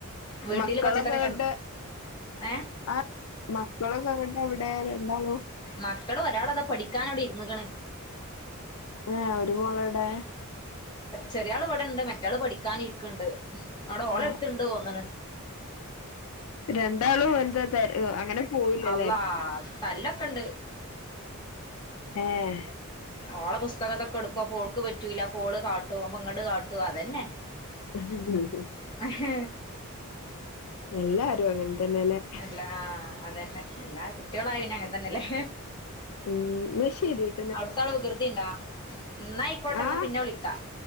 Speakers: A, on the left; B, on the left.
A: വീട്ടില്
B: മക്കളൊക്കെ
A: പച്ചക്കറിയൊക്കെ
B: ഇങ്ങട്ട്
A: ഏ
B: ആ മക്കളൊക്കെ എന്നിട്ട് എവിടെ രണ്ടാളും
A: മക്കള് ഒരാളതാ പഠിക്കാനവിടെ ഇരുന്ന്ക്ണ്
B: ഏഹ് ഒരു മോളെവിടെ
A: ചെറിയൾ വടെണ്ട് മറ്റേള് പഠിക്കാനിരിക്കണ്ട് അവിടെ ഓളെട്
B: ആ
A: ത്ത്ണ്ട് തോന്നണ്
B: രണ്ടാളും എന്താ തെര് അങ്ങനെ പോയില്ല
A: അള്ളാ
B: ചാരി
A: തല്ലൊക്കെ ഇണ്ട്
B: ഏഹ്
A: ഓളെ പുസ്തകതൊക്കെ എടുക്കു അപോൾക്ക് പറ്റൂല അപോള് കാട്ടുമ് അപൊങ്ങണ്ട് കാട്ടുമ് അതന്നെ
B: ഉ
A: അഹ്
B: എല്ലാരും അങ്ങനെ തന്നെല്ലേ?
A: അല്ല ആ ഹ് അതന്നെ എല്ലാ കുട്ടികളായ അങ്ങനെ തന്നെല്ലേ
B: ഉം ന്നാ ശെരി
A: അവ്ട്ത്ത ആള് വികൃതിണ്ടാ എന്നായിക്കോട്ടെ
B: ആ
A: എന്നാ പിന്നെ വിളിക്കാ